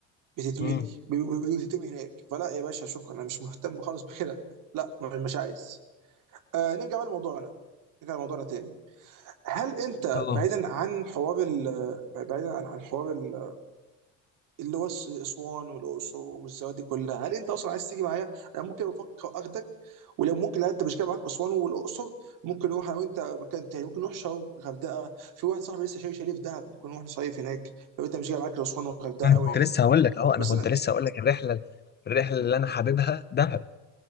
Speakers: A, on the right; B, on the left.
A: بتتملي
B: امم
A: ب- ب- بتتم هناك فلا يا باشا شكرا انا مش مهتم خالص بكده لا م- مش عايز آه نرجع بقى لموضوعنا نرجع لموضوعنا تاني هل انت
B: اه
A: بعيدا عن حوار ال بعيدا عن عن حوار ال- اللي هو الس- اسوان والاقصر والسواد دي كلها هل انت اصلا عايز تيجي معايا انا ممكن بفكر اخدك ولو ممكن لا انت مش جاي معاك اسوان والاقصر ممكن نروح انا وانت مكان تاني ممكن نروح شرم غردقه في واحد صاحبي لسه شايف شاليه في دهب ممكن نروح نصيف هناك لو انت مش جاي معاك الاسوان والغردقه
B: انا
A: قوي
B: كنت
A: يعني
B: لسه هقول لك اهو انا
A: بس
B: كنت
A: انا
B: لسه هقول لك الرحله الرحله اللي انا حاببها دهب